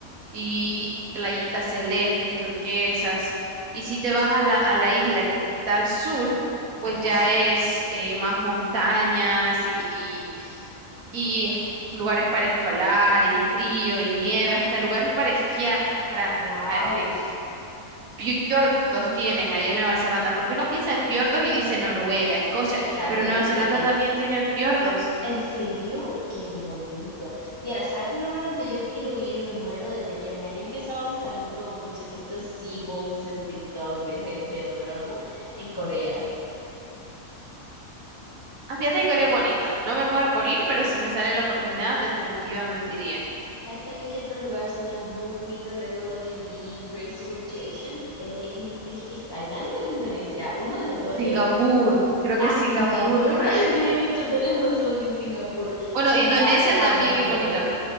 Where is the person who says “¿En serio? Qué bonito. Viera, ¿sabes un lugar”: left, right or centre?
Left